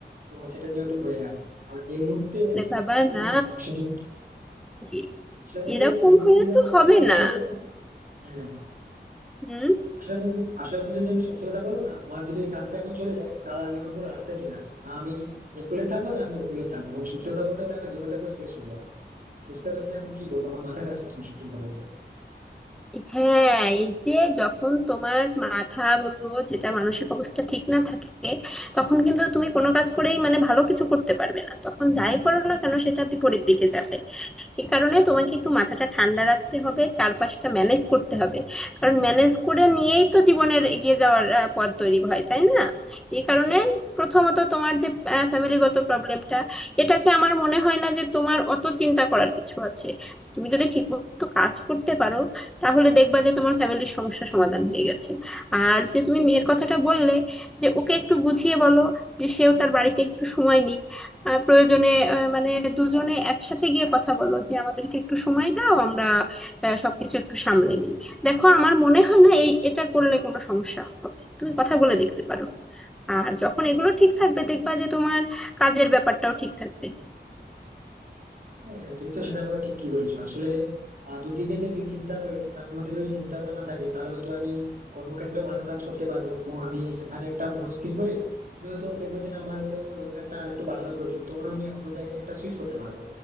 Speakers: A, on the right; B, in the centre.
A: তো সেটা নিয়ে একটু ভয়ে আছি কারণ এই মুহূর্তে
B: আরে বাবা
A: হ্যাঁ
B: না
A: বন্ধু আসলে
B: কি
A: আসলে বন্ধু
B: এরকম
A: এই মুহূর্তে
B: হলে
A: যদি
B: তো
A: আমার
B: হবে
A: কাজটা চলে
B: না
A: যায় না হ্যাঁ
B: হুম
A: আসলে বন্ধু আসলে বন্ধু যদি আমি সত্যি কথা বলবো না আমার যদি ওই কাজটা এখন চলে যায় তাহলে আমি এখন পুরো রাস্তায় চলে আসবো না আমি একুলে থাকবো না আমি ওকুলে থাকবো মানে সত্যি কথা বলতে গেলে আমার জীবনটা পুরো শেষ হয়ে যাবে বুঝতে পারছি না এখন কি করবো আমার মাথা কাজ করছে না সত্যি কথা বলতে
B: হ্যাঁ এই যে যখন তোমার মাথা বলবো যেটা মানসিক অবস্থা ঠিক না থাকে তখন কিন্তু তুমি কোনো কাজ করেই মানে ভালো কিছু করতে পারবে না তখন যাই করো না কেন সেটা বিপরীত দিকে যাবে এই কারণে তোমাকে একটু মাথাটা ঠান্ডা রাখতে হবে চারপাশটা ম্যানেজ করতে হবে কারণ ম্যানেজ করে নিয়েই তো জীবনের এগিয়ে যাওয়ার আহ, পথ তৈরি হয় তাই না এই কারণে প্রথমত তোমার যে ফ্যামিলিগত প্রবলেমটা এটাকে আমার মনে হয় না যে তোমার অত চিন্তা করার কিছু আছে তুমি যদি ঠিকমতো কাজ করতে পারো তাহলে দেখবা যে তোমার ফ্যামিলির সমস্যা সমাধান হয়ে গেছে আর যে তুমি মেয়ের কথাটা বললে যে ওকে একটু বুঝিয়ে বলো যে সেও তার বাড়িতে একটু সময় নিক আহ, প্রয়োজনে আহ, মানে দুজনে একসাথে গিয়ে কথা বলো যে আমাদেরকে একটু সময় দাও আমরা আহ, সবকিছু একটু সামলে নিই দেখো আমার মনে হয় না এই এটা করলে কোনো সমস্যা হবে তুমি কথা বলে দেখতে পারো আর যখন এগুলো ঠিক থাকবে দেখবা যে তোমার কাজের ব্যাপারটাও ঠিক থাকবে
A: হ্যাঁ হ্যাঁ, তুমি তো সেটার কথা ঠিকই বলেছো আসলে আহ, দুদিকে যে দুই চিন্তা রয়েছে তার মধ্যে যদি চিন্তাগুলো না থাকে তাহলে হয়তো আমি কর্মক্ষেত্রেও ভালো কাজ করতে পারবো এবং আমি সেখানে একটা মনস্থির করে আমি হয়তো দেখবো যে না আমার হয়তো রোজগারটা আর একটু বাড়ানো প্রয়োজন তখন আমি অন্য জায়গায় একটা সুইচ করতে পারবো